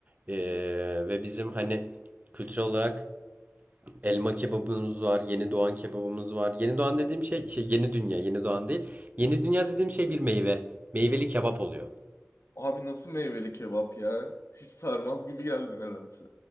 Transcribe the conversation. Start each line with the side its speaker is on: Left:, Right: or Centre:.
Right: Eee, ve bizim hani kültürel olarak Elma kebabımız var, yeni doğan kebabımız var. Yeni doğan dediğim şey, şey yeni dünya, yeni doğan değil. Yeni dünya dediğim şey bir meyve. Meyveli kebap oluyor.
Left: Abi nasıl meyveli kebap ya? Hiç sarmaz gibi geldi nedense.